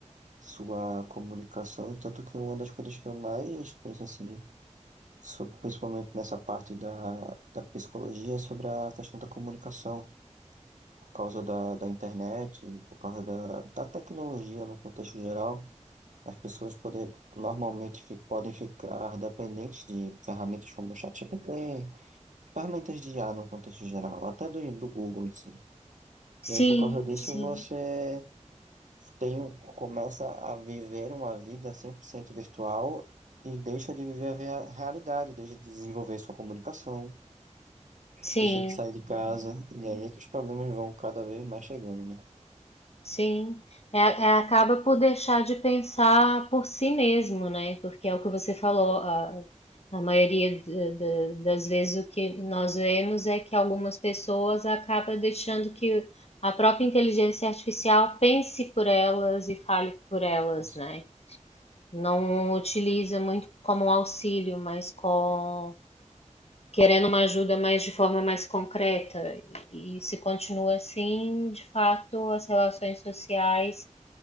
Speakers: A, on the right; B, on the left.
A: sua comunicação, e tanto que uma das coisas que eu mais penso assim, sobre- principalmente nessa parte da, da psicologia, é sobre a questão da comunicação, por causa da, da internet, por causa da, da tecnologia no contexto geral, as pessoas poder, normalmente fi- podem ficar dependentes de ferramentas como o ChatGPT, ferramentas de IA no contexto geral, até do, do Google em si. E
B: Sim,
A: aí, por causa disso,
B: sim,
A: você tem, um- começa a viver uma vida 100% virtual e deixa de viver a vea- realidade, deixa de desenvolver sua comunicação,
B: sim.
A: deixa de sair de casa, e aí é que os problemas vão cada vez mais chegando, né?
B: Sim, é, é, acaba por deixar de pensar por si mesmo, né? Porque é o que você falou, a, a maioria da- da- das vezes o que nós vemos é que algumas pessoas acabam deixando que a própria inteligência artificial pense por elas e fale por elas,
A: Nossa,
B: né? Não utiliza muito como um auxílio, mas com querendo uma ajuda mais de forma mais concreta. E se continua assim, de fato, as relações sociais